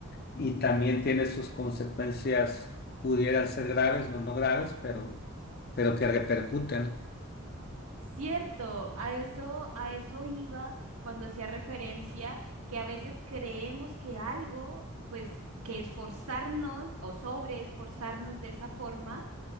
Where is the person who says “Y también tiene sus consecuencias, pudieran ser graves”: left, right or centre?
Left